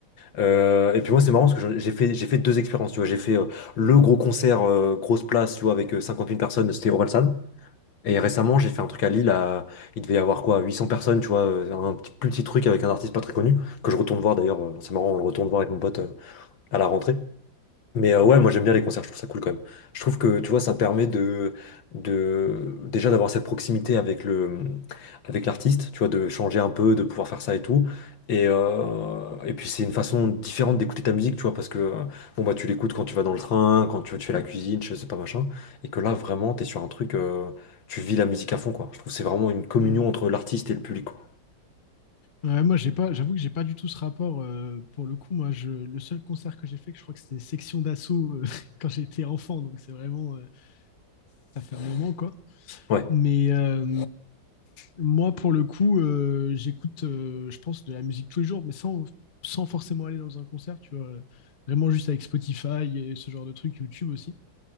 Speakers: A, on the left; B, on the left.
A: Euh, et puis moi c'est marrant parce que j'ai fait j'ai fait deux expériences tu vois j'ai fait euh, le gros concert euh, grosse place tu vois avec euh, 50 000 personnes c'était Orelsan et récemment
B: Mm.
A: j'ai fait un truc à Lille à- il devait y avoir quoi 800 personnes tu vois euh, un petit, plus petit truc avec un artiste pas très connu que je retourne voir d'ailleurs euh, c'est marrant on le retourne voir avec mon pote euh, à la rentrée mais euh,
B: Ouais.
A: ouais, moi j'aime bien les concerts, je trouve ça cool quand même. Je trouve que tu vois, ça permet de, de déjà d'avoir cette proximité avec le, mmh, avec l'artiste, tu vois, de changer un peu, de pouvoir faire ça et tout. Et, euh, et puis c'est une façon différente d'écouter ta musique, tu vois, parce que euh, bon bah tu l'écoutes quand tu vas dans le train, quand tu, tu fais la cuisine, je sais pas machin, et que là vraiment t'es sur un truc, euh, tu vis la musique à fond quoi. Je trouve que c'est vraiment une communion
B: Mm.
A: entre l'artiste et le public quoi.
B: Ouais, moi, j'ai pas. J'avoue que j'ai pas du tout ce rapport. euh, pour le coup, moi, je, le seul concert que j'ai fait, que je crois que c'était Section d'Assaut euh, <laughs> quand j'étais enfant. Donc, c'est vraiment. euh, ça fait un moment, quoi.
A: Ouais,
B: Mais euh, moi, pour le coup, euh, j'écoute, euh, je pense, de la musique tous les jours, mais sans, sans forcément aller dans un concert, tu vois. Vraiment juste avec Spotify et ce genre de trucs, YouTube aussi.